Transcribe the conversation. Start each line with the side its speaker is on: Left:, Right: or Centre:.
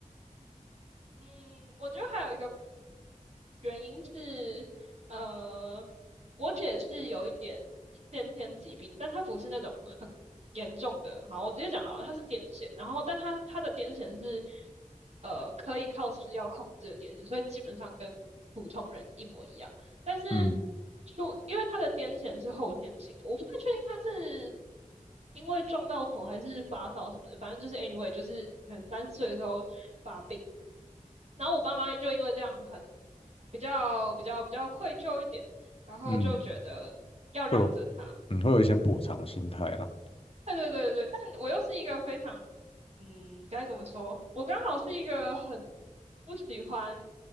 Right: 嗯，我觉得还有一个原因是，呃，我姐是有一点先天疾病，但她不是那种很严重的。好，我直接讲好了，她是癫痫，然后但她她的癫痫是，呃，可以靠吃药控制的癫痫，所以基本上跟普通人一模一样。但是
Left: 嗯
Right: 就因为她的癫痫是后天性的，我不太确定她是因为撞到头还是发烧什么的，反正就是 anyway，就是很三十岁的时候发病。然后我爸妈就因为这样很比较比较比较愧疚一点，然后就觉得要让着他。
Left: 嗯，会有嗯会有一些补偿心态啦。
Right: 对对对对，但我又是一个非常，嗯，该怎么说？我刚好是一个很不喜欢